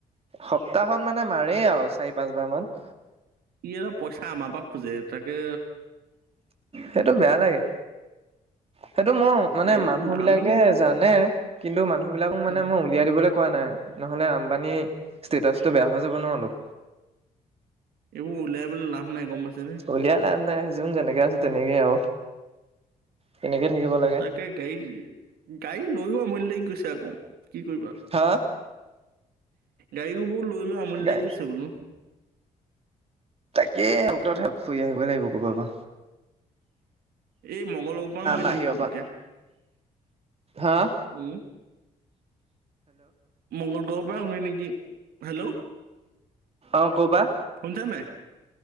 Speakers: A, on the right; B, on the right.
A: সপ্তাহত মানে মাৰে আৰু চাৰি পাঁচবাৰ মান।
B: ই অলপ পইচা আমাৰ পৰা খোজে তাকে
A: সেইটো বেয়া লাগে। সেইটো মোৰ মানে
B: এই
A: মানুহ বিলাকে
B: আমি ইমান
A: যানে, কিন্তু মানুহ বিলাকক মানে
B: উম,
A: মই উলিয়াই দিবলৈ কোৱা নাই। নহলে আম্বানী ষ্টেটাচটো বেয়া হৈ যাব ন' অলপ।
B: এইবোৰ উলিয়াই পেলে লাভ নাই গম পাইছেনে?
A: উলিয়াই লাভ নাই যোন যেনেকে আছে তেনেকেই আৰু তেনেকে থাকিব লাগে
B: তাকে গাড়ী গাড়ী লৈও আমনি লাগি গৈছে আকৌ। কি কৰিবা
A: হা
B: গাড়ীবোৰ লৈ লৈ আমনি
A: গাই
B: লাগি গৈছে বোলো।
A: তাকে সকল ফুৰি আহিব লাগিব ক'ব পৰা।
B: এই মঙ্গলবাৰৰ পৰা আহোঁগৈ
A: বাহিৰৰপৰা
B: নেকি পুটুককে।
A: হাঁ?
B: উম। মংগল গ্ৰহৰ পৰা আহোঁগে নেকি হেল্ল'
A: অ', কৰপৰা?
B: শুনিছা নাই?